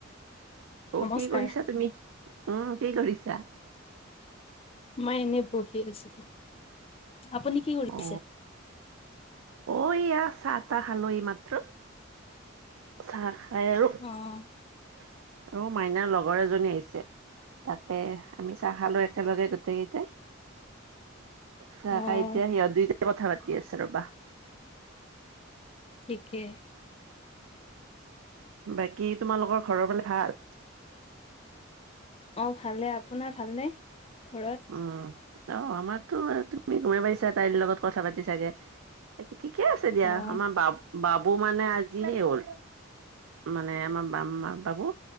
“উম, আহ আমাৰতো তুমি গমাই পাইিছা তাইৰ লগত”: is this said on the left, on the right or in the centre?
Right